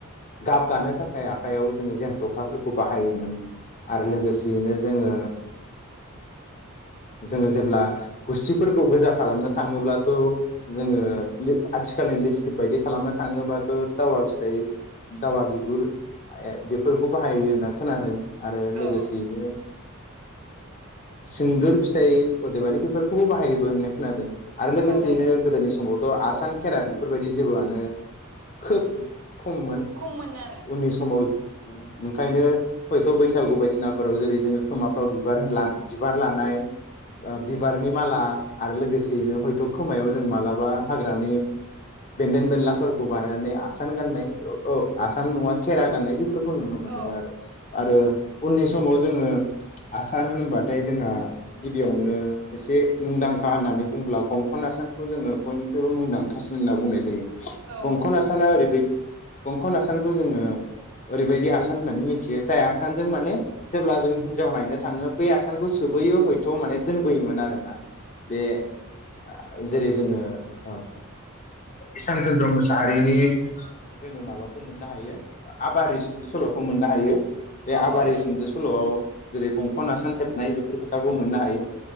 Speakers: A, on the left; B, on the right.
A: गाब गानो थाखाय आखायाव जोङो जेनथ'खाफोरखौ बाहायोमोन आरो लोगोसेयैनो जोङो जोङो जेब्ला गुस्थिफोरखौ गोजा खालामनो थाखाय थाङोब्लाथ' जोङो आथिखालनि लिपस्टिप बायदि खालामनो थाङोब्लाथ' दावा फिथाइ दावा बिगुर बेफोरखौ बाहायो होनना खोनादों आरो लोगोसेयैनो
B: औ
A: सिन्दुर फिथाइ अदेबानि बेफोरखौबो बाहायोबो होननानै खोनादों आरो लोगोसेयैनो
B: औ औ
A: गोदोनि सम समावथ' आसान खेरा बेफोरबायदि जेबोआनो खोब खममोन
B: खममोन आरो
A: उननि समाव ओंखायनो हयथ' बैसागु बायदिसिनाफोराव जेरै जोङो खोमाफ्राव बिबार ला बिबार लानाय ओ बिबारनि माला आरो लोगोसे नो हयथ' खोमायाव जों मालाबा हाग्रानि बेन्दों बेनलाफोरखौ बानायनानै आसान गाननाय औ आसान नङा खेरा गनाय बे बेफोरखौ नुनो मोनदोंमोन
B: औ
A: आरो आरो उननि समाव जोङो आसान होनबाथाय जोंहा गिबियावनो एसे मुंदांखा होननानै बुंब्ला गंखन नासानखौ जोङो बयनिख्रुइबो मुंदांखासिन होनना बुंनाय जायो
B: औ
A: गंखन आसाना ओरैबाय गंखन आसानखौ जोङो ओरैबायदि आसान होननानै मिथियो जाय आसानजों माने जेब्ला जों हिनजाव नायनो थाङो बे आसानखौ सोबोयो हय थ' माने दोनबोयोमोन आरो ना बे आ जेरै जोङो ओ इसान चन्द्र मुसाहारिनि जोङो माबाखौ मोननो हायो आबारि सुंद' सल'खौ मोननो हायो बे
B: औ
A: आबारि
B: औ
A: सुंद सल'आव जेरै गंखन आसान थेबनाय बेफोर खोथाखौ मोननो हायो